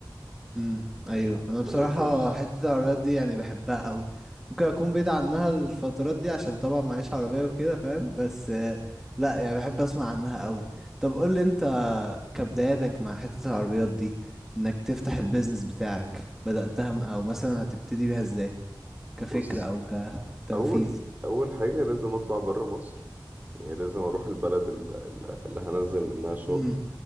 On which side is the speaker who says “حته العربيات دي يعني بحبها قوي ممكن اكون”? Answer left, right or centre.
Centre